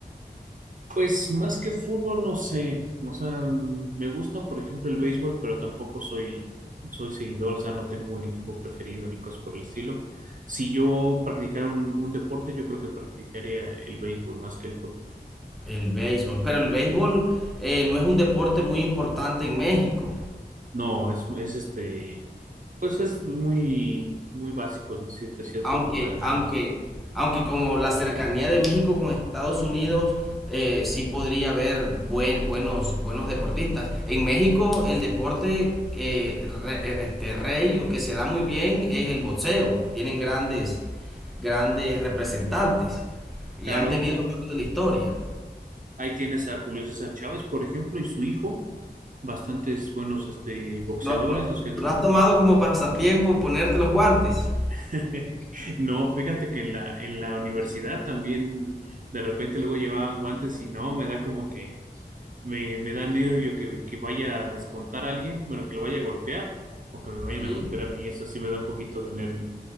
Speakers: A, on the right; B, in the centre.
A: Pues más que fútbol, no sé. O sea, mm, me gusta, por ejemplo, el béisbol, pero tampoco soy, soy seguidor, o sea, no tengo un equipo preferido ni cosas por el estilo. Si yo practicara un, un deporte, yo creo que practicaría el béisbol más que el fútbol.
B: El béisbol, pero el béisbol eh, no es un deporte muy importante en México,
A: No, es, es este, pues es muy, muy básico decirte ciertos
B: aunque,
A: lugares nada
B: aunque,
A: más.
B: aunque como la cercanía de México con Estados Unidos, eh, sí podría haber buen- buenos, buenos deportistas. En México el deporte que re- eh, este, rey o que se da muy bien es el boxeo. Tienen grandes, grandes representantes y
A: Claro,
B: han tenido a lo largo de la historia.
A: ahí tienes a Julio César Chávez, por ejemplo, y su hijo, bastantes buenos este, boxeadores,
B: No, no,
A: los que han
B: ¿no has tomado como pasatiempo ponerte los guantes?
A: <laughs> No, fíjate que en la, en la universidad también de repente luego llevaban guantes y no, me da como que me, me da nervio que, que vaya a descontar a alguien, bueno, que lo vaya a golpear o que me vayan
B: Sí.
A: a golpear a mí, eso sí me da un poquito de nervio.